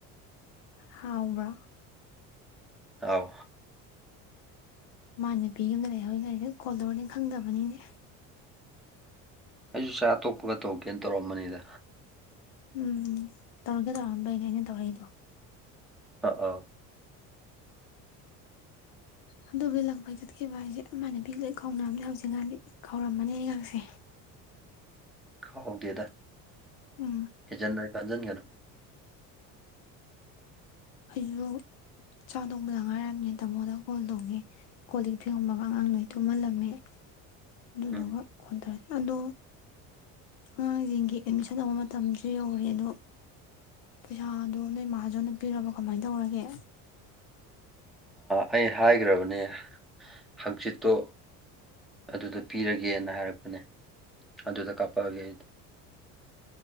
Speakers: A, on the left; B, in the centre.
A: ꯍꯥꯎꯕ꯭ꯔ
B: ꯑꯥꯎ
A: ꯃꯥ ꯅꯨꯄꯤ ꯑꯃꯗ ꯂꯩꯍꯋꯏ ꯀꯁꯦ ꯀꯣꯜꯗꯧꯔꯗꯤ ꯈꯪꯗꯕꯅꯤꯅꯦ
B: ꯑꯩꯁꯨ ꯆꯥꯛ ꯑꯇꯣꯞꯄꯒ ꯇꯧꯔꯀꯦꯅ ꯇꯧꯔꯛꯑꯝꯕꯅꯤꯗ
A: ꯎꯝ ꯇꯧꯔꯀꯦ ꯇꯧꯔꯛꯑꯝꯗꯣꯏꯅꯦ ꯑꯩꯅ ꯇꯧꯔꯛꯏꯗꯣ
B: ꯑ ꯑꯥ
A: ꯑꯗꯨ ꯤꯂꯛꯄ ꯆꯠꯀꯦꯈꯤꯕ ꯍꯥꯏꯁꯦ ꯑꯗꯨꯃꯥꯏꯅ ꯚ ꯂꯣꯏ ꯈꯥꯎꯝꯅꯦ ꯍꯧꯖꯤꯛꯀꯥꯟꯗꯤ ꯀꯥꯎꯔꯝꯃꯅꯤ ꯑꯩꯍꯥꯛꯁꯦ
B: ꯈꯥꯎꯥꯎꯒꯦꯗ
A: ꯎꯝ
B: ꯖꯟ ꯟꯖꯟ ꯀꯩꯅꯣ
A: ꯑꯩꯁꯨ ꯆꯥ ꯊꯣꯡꯕꯗ ꯉꯥꯏꯔꯝꯃꯦ ꯇꯥꯃꯣꯗ ꯀꯣꯜ ꯇꯧꯒꯦ ꯀꯣꯜ ꯂꯤ ꯐꯦꯡꯉꯃꯒ ꯑꯉꯥꯡ ꯅꯣꯏ ꯊꯨꯝꯍꯜꯂꯝꯃꯦ ꯅꯅ
B: ꯎꯝ
A: ꯈꯣꯟꯊ ꯑꯗꯣ ꯑꯉꯥꯡꯁꯤꯡꯒꯤ ꯑꯦꯠꯃꯤꯁꯟ ꯇꯧꯕ ꯃꯇꯝꯁꯨ ꯌꯧꯔꯦ ꯑꯗꯣ ꯄꯩꯁꯥꯗꯣ ꯅꯣꯏ ꯏꯃꯥꯖꯣ ꯅꯛꯄꯤꯔꯕꯣ ꯀꯃꯥꯏ ꯇꯧꯔꯒꯦ
B: ꯑꯩ ꯍꯥꯏꯈ꯭ꯔꯕꯅꯦ ꯍꯪꯆꯤꯠꯇꯣ ꯑꯗꯨꯗ ꯄꯤꯔꯒꯦꯅ ꯍꯥꯏꯔꯛꯄꯅꯦ ꯑꯗꯨꯗ ꯀꯥꯞꯄꯛꯑꯒꯦ ꯑꯩ